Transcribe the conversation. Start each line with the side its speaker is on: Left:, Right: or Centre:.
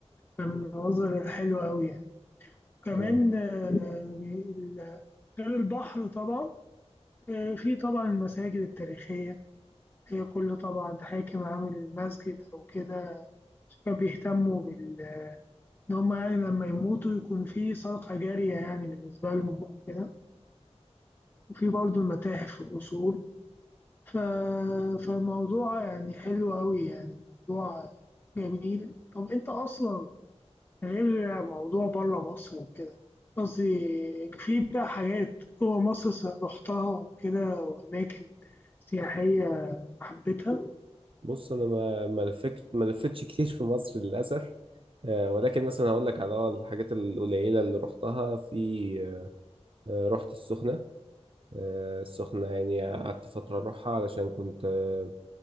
Left: فمن المناظر الحلوة أوي يعني كمان
Right: اه
Left: آه، غير البحر طبعا آه، في طبعا المساجد التاريخية هي كل طبعا حاكم عامل مسجد أو كده كانوا بيهتموا بال إن هم يعني لما يموتوا يكون في صدقة جارية يعني بالنسبة لهم أو كده وفي برضه المتاحف والأصول ف... فالموضوع يعني حلو أوي يعني موضوع جميل طب أنت أصلا غير موضوع بره مصر وكده قصدي في بقى حاجات جوه مصر س- رحتها وكده وأماكن سياحية حبيتها
Right: بص انا ما ما لفت ما لفتش كتير في مصر للاسف آه، ولكن مثلا هقول لك على اه الحاجات القليله اللي رحتها في آه، رحت السخنه آه، السخنه يعني قعدت فتره اروحها علشان كنت آه،